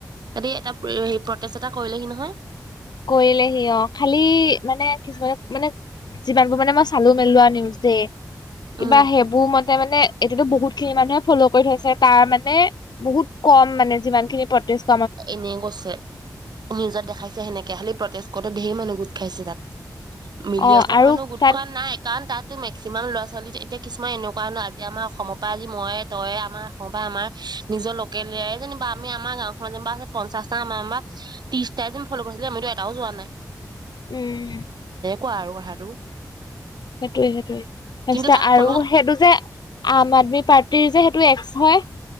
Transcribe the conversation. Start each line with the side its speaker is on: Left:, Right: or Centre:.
Right: সিহঁতি এটা প্ৰটেষ্ট এটা কৰিলেহি নহয়।
Left: কৰিলে সি অ খালি মানে কিছুমান। মানে যিমানবোৰ মানে মই চালো মেলোৱা নিউজ দেই কিবা
Right: উম,
Left: সেইবোৰ মত মানে এতিয়াতো বহুত খিনি মানুহে ফ'ল' কৰি থৈছে তাৰ মানে বহুত কম মানে যিমান খিনি প্ৰতেষ্ট
Right: এনেই কৈছে নিউজত দেখাইছে সেনেকে। খালি প্ৰতেজ কতে ঢেৰ মানুহ গোট খাইছে তাত। মিলিয়জত
Left: অ আৰু
Right: মানুহ গোট
Left: তাত
Right: খোৱা নাই কাৰণ তাত ত মেক্সিমাম ল'ৰা ছোৱালী যে এতিয়া কিছুমান এনেকুৱা নহ আজি আমাৰ অসমৰ পৰা আজি মই তয়ে আমাৰ অসমৰ পৰা আমাৰ নিজৰ লোকেলয়াৰে যেনিব আমি আমাৰ গাওঁখন মাজজ <unintelligible> ভ পঞ্চাছতা মেম্বাৰ ত্ৰিছতায়ে ফল কৰিছিলে মইতো এটাও যোৱা নাই।
Left: উ'ম।
Right: কোৱা আৰু কথাটো।
Left: সেইটোয়ে সেইটোয়ে তাছতে
Right: কিন্তু তাত
Left: আৰু
Right: ফ'ল'
Left: সেইটো যে আম আদমি পাৰ্টি ত্ৰি যে সেইটো এক্স হয়।